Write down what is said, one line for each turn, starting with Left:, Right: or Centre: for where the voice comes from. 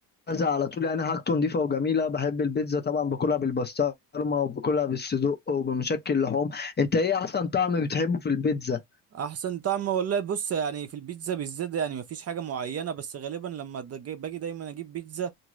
Left: جاهزه على طول يعني حاجته نضيفه وجميله بحب البيتزا طبعا باكلها بالبسطرمه وباكلها بالصدق وبمشكل لحوم انت ايه احسن طعم بتحبه في البيتزا
Right: احسن طعم والله بص يعني في البيتزا بالذات يعني مفيش حاجه معينه بس غالبا لما د- جاي- باجي دايما اجيب بيتزا